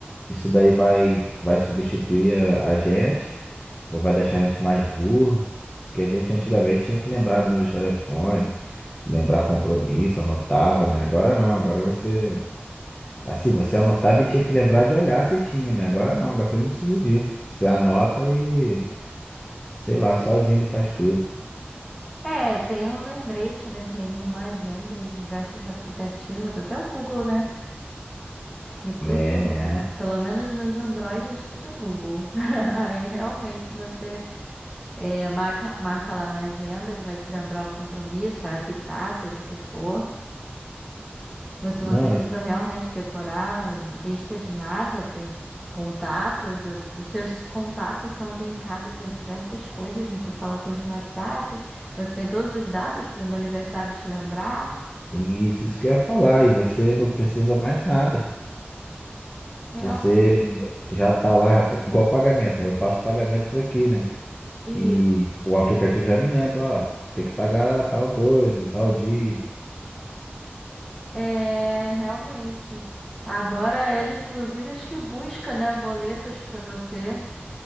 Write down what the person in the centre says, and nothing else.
É, tem um lembrete, né? Tem uma agenda e diversos aplicativos, até o Google, né? Que tudo,
pelo menos nos Androids, tudo é Google. <laughs> Aí realmente você. É, marca, marca lá na agenda, ele vai te lembrar o compromisso, vai apitar, seja o que for. Você
não precisa realmente decorar lista de nada, tem contatos, o- os seus contatos são linkados a diversas coisas, né? Você fala com eles no WhatsApp, você tem todos os dados para no aniversário te lembrar.
Realmente.
Isso.
É, realmente. Agora ele, inclusive, acho que busca, né, boletos para você.